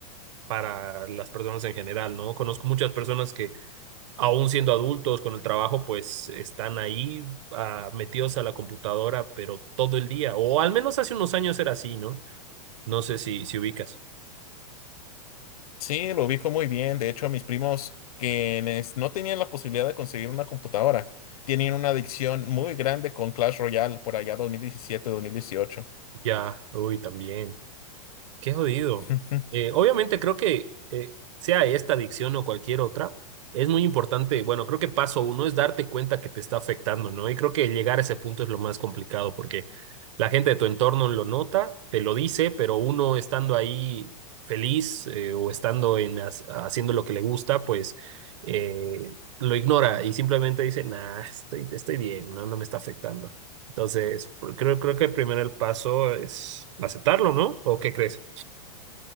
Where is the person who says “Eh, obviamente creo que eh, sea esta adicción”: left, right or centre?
Right